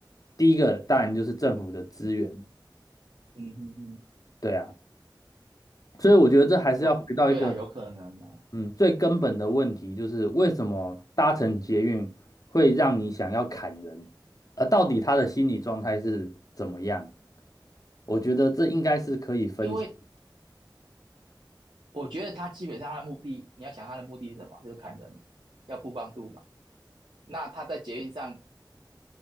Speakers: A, on the left; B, on the right.
A: 第一个当然就是政府的资源，
B: 嗯嗯嗯，
A: 对啊。所以我觉得这还是要回到一个
B: 有，对啦，有可能啊，
A: 嗯最根本的问题，就是为什么搭乘捷运会让你想要砍人，而到底他的心理状态是怎么样？我觉得这应该是可以分析。
B: 因为我觉得他基本上他的目的，你要想他的目的是什么，就是砍人，要曝光度嘛。那他在捷运上